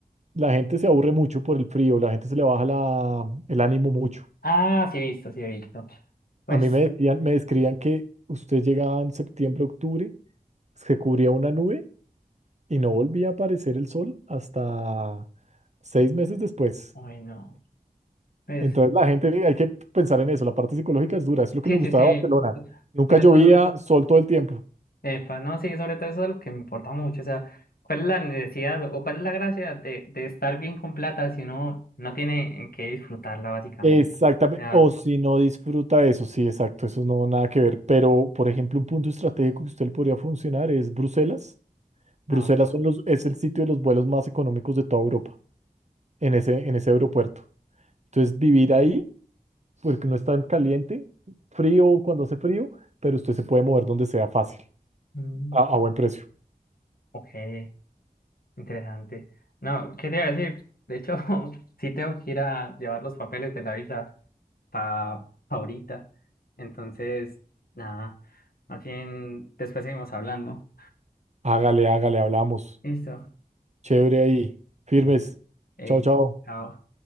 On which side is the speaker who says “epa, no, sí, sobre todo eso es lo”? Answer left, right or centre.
Left